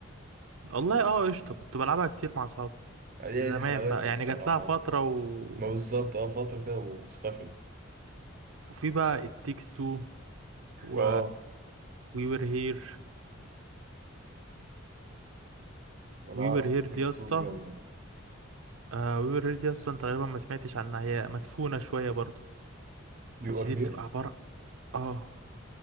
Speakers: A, on the right; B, on the right.
A: والله اه قشطة كنت بلعبها كتير مع اصحابي
B: يعني
A: بس
B: دي
A: زمان
B: دي حلاوتها
A: بقى
B: الصراحة
A: يعني جات لها فترة و...
B: ما بالظبط اه فترة كده واختفت
A: وفي بقى التيكس تو و
B: اه
A: وي وير هير
B: انا
A: وي
B: اعرف
A: وير هير
B: التكست
A: دي يا اسطى
B: تو دي جامدة
A: وي وير هير دي اصلا تقريبا ما سمعتش عنها هي مدفونة شوية برضو
B: يو
A: بس
B: ار
A: دي
B: هير
A: بتبقى عبارة اه